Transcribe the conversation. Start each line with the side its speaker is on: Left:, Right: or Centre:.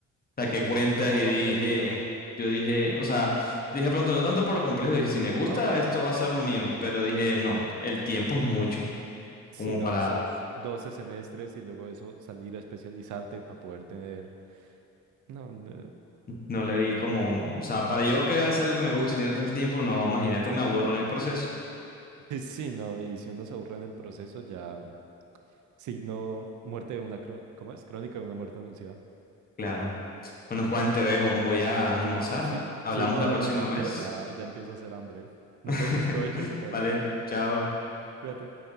Left: hasta
Right: es,
Left: que cuentas
Right: de un campo
Left: y
Right: complejito.
Left: dije, yo dije, o sea, dije pronto, no tanto por lo complejo, dije, si me gusta,
Right: Ah, ok.
Left: esto va a ser lo mío, pero dije,
Right: Ujú.
Left: no, el tiempo es mucho,
Right: Sí,
Left: como
Right: no,
Left: para...
Right: esos 12 semestres y luego eso salir a especializarte para poder tener... No, no.
Left: No le di como, o sea, para yo que hacer algo que me guste y tener tanto tiempo, no, imagínate, me aburro en el proceso.
Right: Pues Sí, no, y si uno se aburre en el proceso, ya signo muerte de una, cro- ¿cómo es? Crónica de una muerte anunciada.
Left: Claro. Bueno, Juan, te dejo. Voy a
Right: Mm.
Left: almorzar.
Right: Sí,
Left: Hablamos
Right: sí, no,
Left: la
Right: dale
Left: próxima
Right: tranquilo,
Left: vez.
Right: ya, ya empieza a hacer hambre. Nos
Left: <laughs>
Right: vemos, provecho, que te vaya
Left: Vale,
Right: muy bien.
Left: chao.
Right: Cuídate.